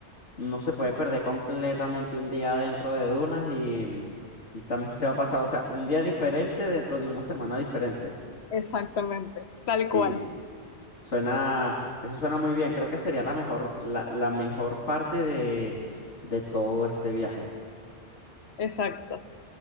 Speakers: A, on the left; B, on the left.
A: no se puede perder completamente un día dentro de dunas y, mm, y también <laughs> se va a pasar, o sea, un día diferente dentro de una semana diferente.
B: Exactamente, tal
A: Sí,
B: cual,
A: suena, eso suena muy bien. Creo que sería la mejor, la, la mejor parte de, de todo este viaje.
B: exacto.